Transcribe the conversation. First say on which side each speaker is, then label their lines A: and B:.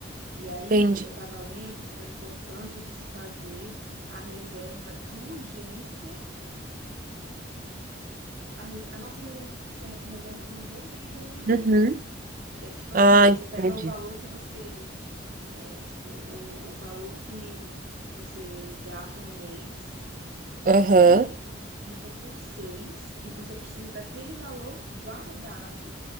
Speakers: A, on the right; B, on the right.
A: E aí
B: Entendi.
A: eu estava lendo sobre a importância de se fazer a reserva de urgência, a, res- a nossa reserva reserva de urgência e de emergência.
B: Uhum.
A: Que é tipo assim,
B: Ah,
A: você pega
B: entendi.
A: o valor que você É, tipo, o, o valor que, que você gasta no mês, e
B: Aham,
A: aí multiplica por seis e você precisa daquele valor guardado,